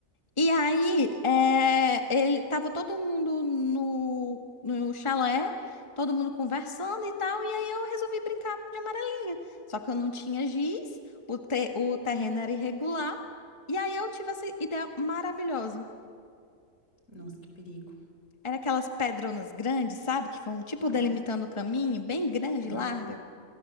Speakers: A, on the left; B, on the left.
A: E aí, é, ele tava todo mundo no, no chalé, todo mundo conversando e tal, e aí eu resolvi brincar de amarelinha. Só que eu não tinha giz, o, te- o terreno era irregular, e aí eu tive essa ideia maravilhosa.
B: Nossa, que perigo.
A: Era aquelas pedronas grandes, sabe? Que vão tipo
B: Aham,
A: delimitando o caminho, bem grande
B: aham.
A: e larga.